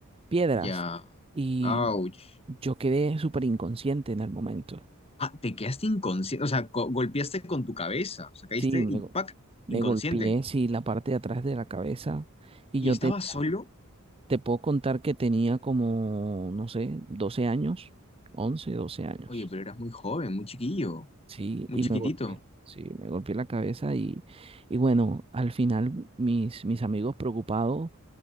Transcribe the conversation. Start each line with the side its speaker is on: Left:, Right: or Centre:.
Right: piedras.
Left: Ya.
Right: Y
Left: Ouch.
Right: yo quedé súper inconsciente en el momento.
Left: Ah, te quedaste inconsciente, o sea, co- golpeaste con tu cabeza, o sea, caíste
Right: Sí, me,
Left: y
Right: go-
Left: ¡pac!
Right: me
Left: inconsciente.
Right: golpeé, sí, la parte de atrás de la cabeza. Y
Left: ¿Y
Right: yo
Left: estabas
Right: tenía
Left: solo?
Right: Te puedo contar que tenía como, no sé, 12 años, 11, 12 años.
Left: Oye, pero eras muy joven, muy chiquillo,
Right: Sí,
Left: muy
Right: y
Left: chiquitito.
Right: me golpeé. Sí, me golpeé la cabeza y, y bueno, al final mis, mis amigos preocupados